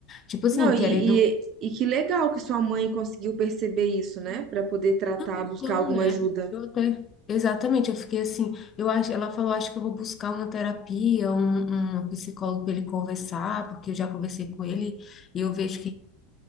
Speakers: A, on the left; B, on the right.
A: Tipo assim,
B: Não, e,
A: querendo.
B: e, e que legal que sua mãe conseguiu perceber isso, né? Pra poder tratar,
A: Não, então,
B: buscar alguma
A: né?
B: ajuda.
A: Eu até. Exatamente, eu fiquei assim. Eu acho, ela falou, acho que eu vou buscar uma terapia, um, um psicólogo para ele conversar, porque eu já conversei com ele e eu vejo que tá